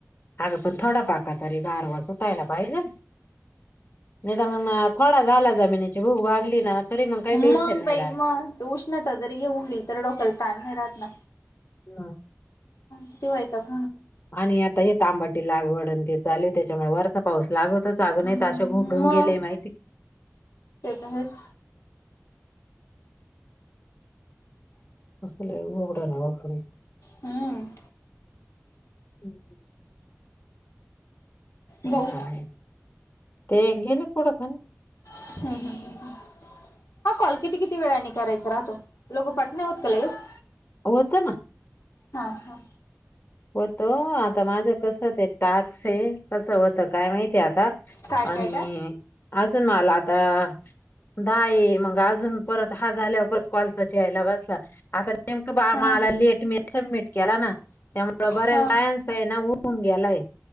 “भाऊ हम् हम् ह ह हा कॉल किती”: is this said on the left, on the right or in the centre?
Left